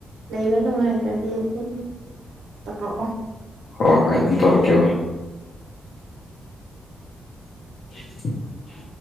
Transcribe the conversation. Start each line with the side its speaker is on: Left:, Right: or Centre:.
Right: ꯂꯩꯕ ꯅꯨꯡꯉꯥꯏꯇ꯭ꯔꯗꯤ ꯑꯗꯨꯝ ꯇꯧꯔꯛꯑꯣ꯫
Left: ꯍꯣꯏ ꯍꯣꯏ ꯑꯗꯨꯝ ꯇꯧꯔꯛꯀꯦ ꯍꯣꯏ꯫ <inaudible>